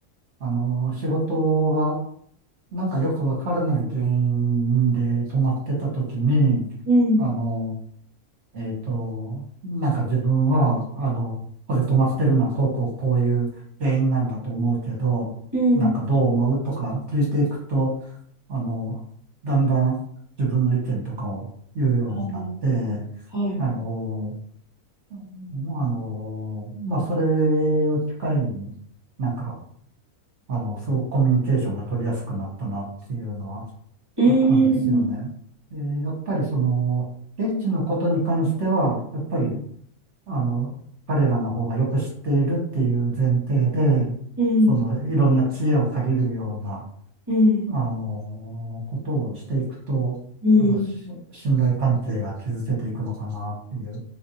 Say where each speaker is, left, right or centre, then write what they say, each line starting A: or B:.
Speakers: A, on the right; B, on the right.
A: あの、仕事が、なんかよくわからない原因で止まってた時に、
B: うん、
A: あの、えっと、なんか自分は、あの、これ止まってるのはこうこうこういう原因なんだと思うけど、
B: うん。
A: なんかどう思うとか聞いていくと、あの、だんだん自分の意見とかを言うようになって、
B: ああ、はい。
A: あの、あの、まあ、それを機会に、なんか、あの、すごくコミュニケーションが取りやすくなったなっていうのは
B: うん、
A: あったんですよね。でやっぱりその、現地のことに関しては、やっぱりあの、彼らの方がよく知っているっていう前提で、
B: うん、
A: その、いろんな知恵を借りるような、
B: うん、
A: あの、ことをしていくと、
B: うん。
A: やっぱし信頼関係が築けていくのかなっていう、